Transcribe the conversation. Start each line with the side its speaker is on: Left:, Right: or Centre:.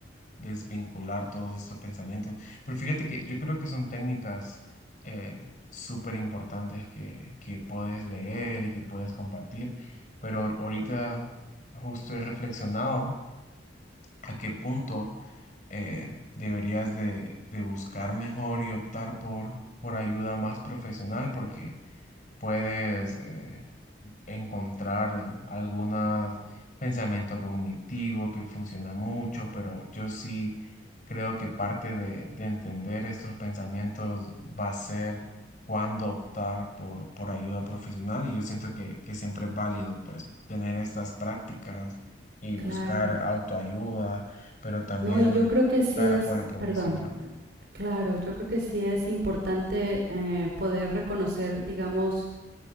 Left: desvincular todos estos pensamientos. Pero fíjate que yo creo que son técnicas eh, súper importantes que, que puedes leer y que puedes compartir, pero ahorita justo he reflexionado a qué punto eh, deberías de, de buscar mejor y optar por, por ayuda más profesional porque puedes... eh, encontrar algunos pensamiento cognitivo que funciona mucho, pero yo sí creo que parte de, de entender estos pensamientos va a ser cuándo optar por, por ayuda profesional y yo siento que, que siempre es válido pues tener estas prácticas y buscar
Right: Claro.
Left: autoayuda, pero también
Right: No, y yo creo que sí
Left: buscar
Right: es,
Left: apoyo profesional.
Right: perdón, claro, yo creo que sí es importante eh, poder reconocer, digamos,